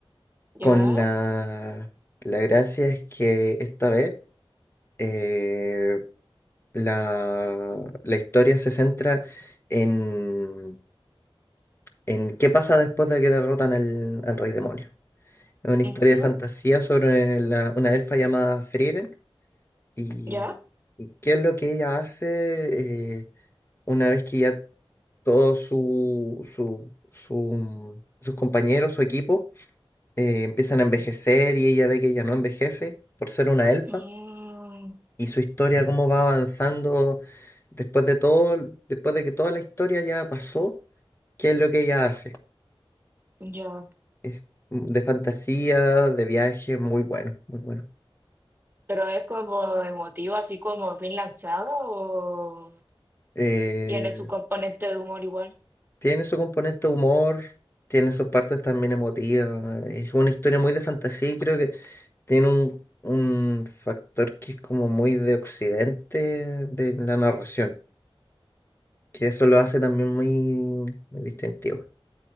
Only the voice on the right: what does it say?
ya,
ujú,
ya,
mm,
ya.
Pero es como emotivo, así como bien lanzado, o
tiene su componente de humor igual.